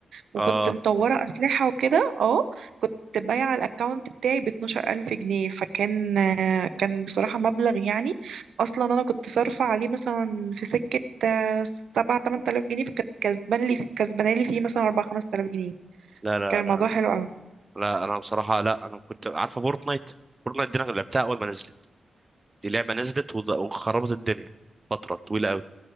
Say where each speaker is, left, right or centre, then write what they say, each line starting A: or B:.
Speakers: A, on the right; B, on the right.
A: وكنت
B: آه
A: مطوره اسلحه وكده اه كنت بايعه الاكونت بتاعي ب 12000 جنيه فكان آه، كان بصراحه مبلغ يعني اصلا انا كنت صارفه عليه مثلا في سكه آه، 7 8000 جنيه فكانت كسبان لي كسبانه لي فيه مثلا 4 5000 جنيه
B: لا لا
A: كان الموضوع
B: لا
A: حلو قوي
B: لا أنا بصراحة لا أنا كنت عارفة فورتنايت فورتنايت دي أنا لعبتها أول ما نزلت دي لعبة نزلت وض- وخربت الدنيا فترة طويلة قوي